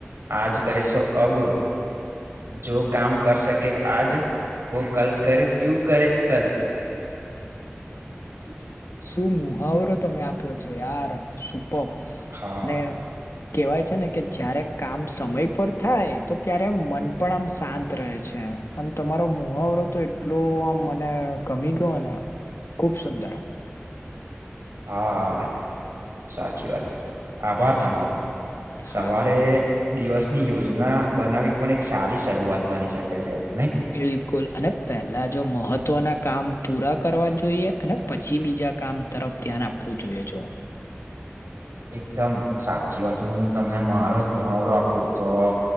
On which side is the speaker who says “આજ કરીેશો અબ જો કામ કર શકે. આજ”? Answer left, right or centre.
Right